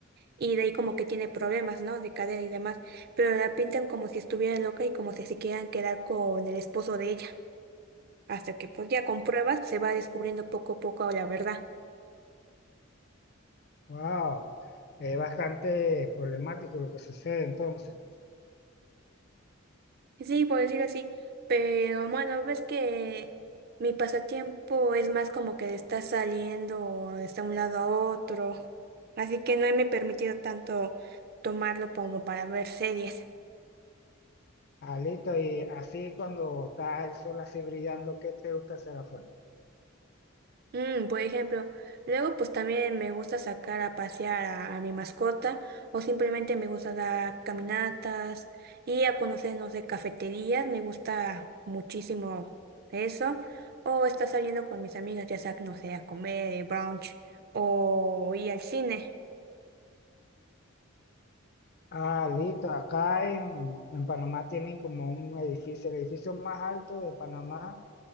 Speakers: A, on the right; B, on the left.
A: y de ahí como que tiene problemas, ¿no? De cadera y demás, pero la pintan como si estuviera loca y como si se quieran quedar con el esposo de ella, hasta que pues ya con pruebas se va descubriendo poco a poco la verdad.
B: Wow, es bastante problemático lo que sucede entonces.
A: Sí, por decirlo así, pero bueno, ves que mi pasatiempo es más como que está saliendo o de un lado a otro, así que no me he permitido tanto tomarlo como para ver series.
B: Ah, listo, y así cuando está el sol así brillando, ¿qué te gusta hacer afuera?
A: Mm, por ejemplo, luego pues también me gusta sacar a pasear a, a mi mascota o simplemente me gusta dar caminatas y a conocer, no sé, cafeterías, me gusta muchísimo eso o estar saliendo con mis amigas, ya sea, no sé, a comer, eh, brunch o ir al cine.
B: Ah, listo. Acá en, en Panamá tienen como un edificio, el edificio más alto de Panamá